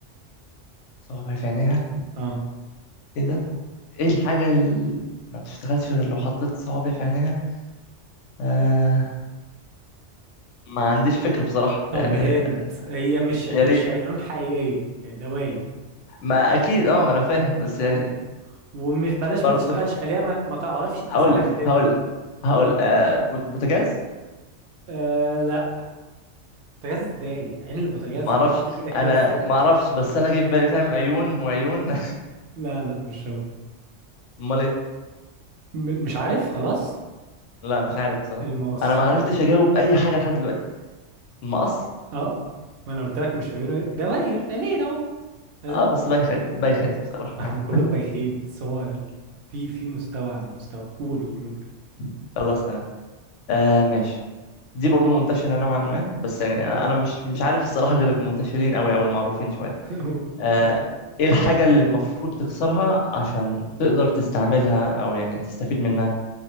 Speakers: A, on the left; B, on the right.
A: صوابع في عينيها
B: اه
A: ايه ده ايه الحاجة اللي ما بتشتغلش غير لو حطيت صوابع في عينيها آه ما عنديش فكرة بصراحة
B: طب
A: يعني
B: هنت هي مش
A: يا
B: مش
A: ريت
B: عيون حقيقية هي دواير كده
A: ما اكيد اه ما انا فاهم بس
B: وم-
A: يعني
B: ومش بلاش
A: برضه
B: ما تشتغلش خليها ما, ما تعرفش تستخدمها
A: هقول لك هقول لك هقول
B: مم.
A: آه بو- بوتاجاز
B: آه لا بوتاجاز ازاي عين البوتاجاز
A: ما اعرفش
B: هتحط ايدك
A: انا
B: فيها ازاي
A: ما
B: <laughs>
A: اعرفش بس انا جه في بالي فاهم عيون وعيون
B: لا لا مش هو
A: <laughs> امال ايه
B: م- مش عارف خلاص
A: لا مش عارف بصراحة
B: المقص
A: انا ما عرفتش اجاوب اي حاجة لحد دلوقتي المقص
B: اه ما انا قلت لك مش عيون دواير عينين اهم لازم
A: اه بس بايخد
B: حرفيا
A: بايخد بصراحة
B: ما هم كلهم بايخين بس هو ال- في في مستوى عن مستوى قول قول قول
A: <laughs> خلاص تمام آه ماشي دي برضو منتشرة نوعا ما بس يعني أنا أنا مش مش عارف الصراحة غير المنتشرين أوي أو المعروفين شوية
B: <laughs> قول.
A: آه إيه الحاجة اللي المفروض تكسرها عشان تقدر تستعملها أو يعني تستفيد منها